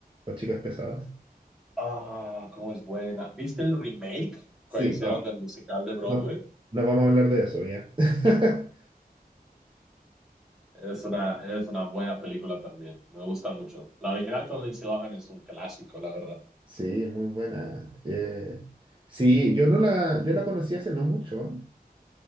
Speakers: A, on the right; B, in the centre.
A: o Chicas Pesadas.
B: Ah, cómo es buena. ¿Viste el remake
A: Sí,
B: que hicieron
A: no,
B: del musical de Broadway?
A: no, no vamos a hablar de eso, ¿ya? <laughs>
B: Es una, es una buena película también, me gusta mucho. La original con Lindsay Lohan es un clásico, la verdad.
A: Sí, muy buena. Eh, sí, yo no la, yo la conocí hace no mucho